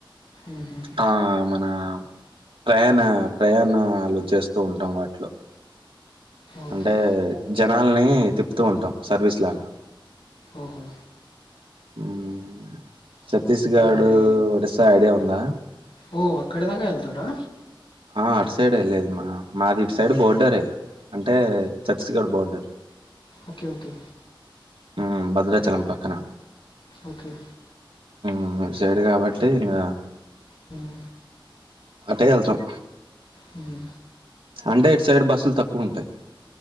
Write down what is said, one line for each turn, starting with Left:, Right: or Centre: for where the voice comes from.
Left: మ్మ్హ.
Right: ఆ మన ప్రయాణ ప్రయాణాలు చేస్తూ ఉంటాం వాటిలో
Left: ఓకే
Right: అంటే జనాల్ని తిప్పుతూ ఉంటాం సర్వీస్ లాగా
Left: ఓహో
Right: మ్మ్ ఛత్తీస్గడు
Left: మరి
Right: ఒడిస్సా ఐడియా ఉంద
Left: ఓ అక్కడి దాకా వెళ్తారా
Right: ఆ అటు సైడే వెళ్ళేది మా మాది ఇటు సైడ్ బోర్డరే అంటే ఛత్తీస్గఢ బోర్డర్
Left: ఓకే ఓకే
Right: మ్మ్ భద్రాచలం పక్కన
Left: ఓకే
Right: మ్మ్ ఇటు సైడ్ కాబట్టి ఇంగ
Left: హ్మ్
Right: అటే వెళ్తాం
Left: హ్మ్
Right: అంటే ఇటు సైడ్ బస్సులు తక్కువ ఉంటాయి